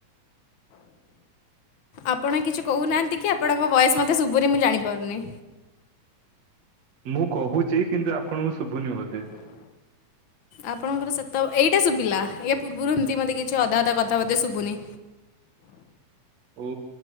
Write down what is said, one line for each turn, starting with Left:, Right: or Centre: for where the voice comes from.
Left: ଆପଣ କିଛି କହୁନାହାନ୍ତି କି ଆପଣଙ୍କ ବୟସ ମତେ ସୁବୁନୀ ମୁଁ ଜାଣିପାରୁନି।
Right: ମୁଁ କହୁଛି କିନ୍ତୁ ଆପଣଙ୍କୁ ଶୁଭୁନି ବୋଧେ?
Left: ଆପଣଙ୍କର ସେତ ଏଇଟା ଶୁଭିଲା ଇ ପୂର୍ବରୁ ଏମିତି ମତେ କିଛି ଅଧା ଅଧା କଥା ଶୁଭୁନି।
Right: ଓ